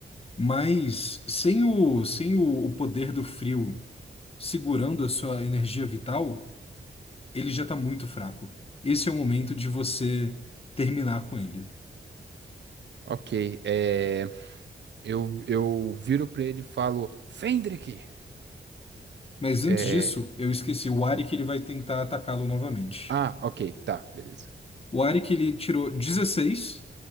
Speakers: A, on the left; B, on the right.
A: mas sem o, sem o, o poder do frio segurando a sua energia vital, ele já está muito fraco. Esse é o momento de você terminar com ele.
B: Ok, é, eu, eu viro pra ele e falo, Fendrick!
A: Mas
B: É,
A: antes disso, eu esqueci o Ari que ele vai tentar atacá-lo novamente.
B: ah, ok, tá, beleza.
A: O Arik, ele tirou 16